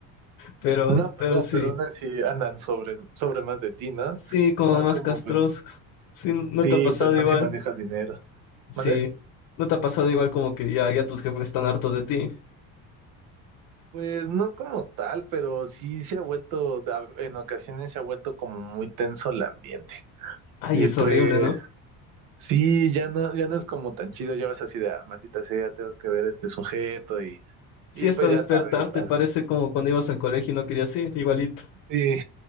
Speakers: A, on the left (about 70°); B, on the right (about 55°).
A: pero,
B: No,
A: pero
B: pues no,
A: sí.
B: pero aún así andan sobre, sobre más de ti, ¿no?
A: Sí, como
B: Y más
A: más
B: como,
A: castrosos.
B: pues,
A: Sí, ¿no
B: sí,
A: te ha pasado
B: pues más
A: igual?
B: si manejas dinero.
A: Sí,
B: ¿Mande?
A: ¿no te ha pasado igual como que ya, ya tus jefes están hartos de ti?
B: Pues no como tal, pero sí se ha vuelto, da- en ocasiones se ha vuelto como muy tenso el ambiente.
A: Ay,
B: Y
A: es
B: pues,
A: horrible, ¿no?
B: sí, ya no, ya no es como tan chido, ya vas así de, ah, maldita sea, tengo que ver a este sujeto y,
A: Sí,
B: y
A: hasta
B: pues
A: despertarte
B: ya sabes, las,
A: parece como cuando ibas al colegio y no querías ir, igualito.
B: sí,